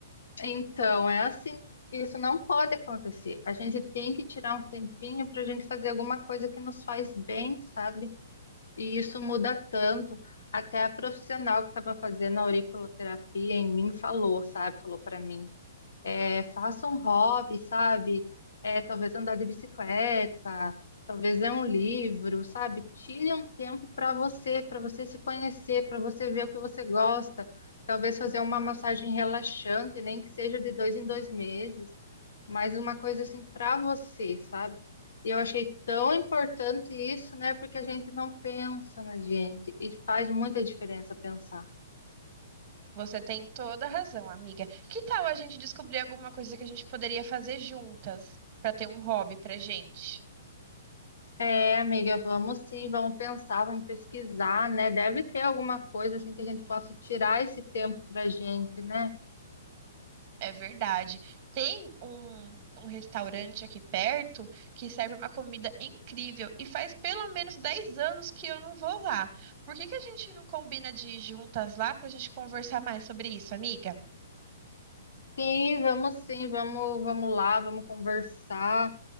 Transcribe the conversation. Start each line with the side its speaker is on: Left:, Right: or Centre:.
Left: Então é assim, isso não pode acontecer. A gente tem que tirar um tempinho para a gente fazer alguma coisa que nos faz bem, sabe? E isso muda tanto. Até a profissional que estava fazendo a auriculoterapia em mim falou, sabe? Falou para mim. É, faça um hobby, sabe? É, talvez andar de bicicleta, talvez ler um livro, sabe? Tire um tempo para você, para você se conhecer, para você ver o que você gosta. Talvez fazer uma massagem relaxante, nem que seja de dois em dois meses, mas uma coisa assim para você, sabe? E eu achei tão importante isso, né? Porque a gente não pensa na gente e faz muita diferença pensar.
Right: Você tem toda a razão, amiga. Que tal a gente descobrir alguma coisa que a gente poderia fazer juntas para ter um hobby pra gente?
Left: É, amiga, vamos sim, vamos pensar, vamos pesquisar, né? Deve ter alguma coisa assim que a gente possa tirar esse tempo pra gente, né?
Right: É verdade. Tem um, um restaurante aqui perto que serve uma comida incrível e faz pelo menos 10 anos que eu não vou lá. Por que que a gente não combina de ir juntas lá pra gente conversar mais sobre isso, amiga?
Left: Sim, vamos sim, vamos, vamos lá, vamos conversar.